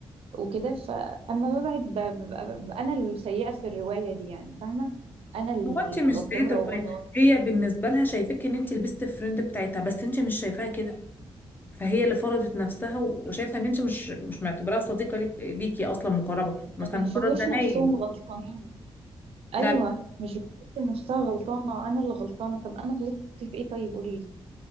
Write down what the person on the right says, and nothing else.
وكده فاما ببعد ب- ببقى ببقى انا السيئه في الروايه دي يعني فاهمه انا الغداره
وانا وانا
ما بيشوفوش
نفسهم غلطانين ايوه
مش بتحس إن نفسها غلطانه انا اللي غلطانه طب انا غلطت في ايه طيب قولي